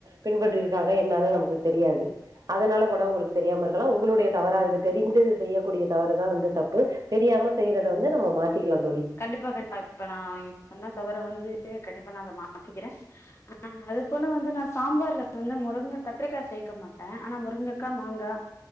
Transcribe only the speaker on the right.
பின்பற்றி இருக்காங்க என்னானு நமக்கு தெரியாது அதனால கூட உங்களுக்கு தெரியாம இருக்கலா உங்களுடைய தவறா இரு தெரிந்து செய்யக்கூடிய தவறுதா வந்து தப்பு தெரியாம செய்றத வந்து நம்ம மாத்திக்கிலா தோழி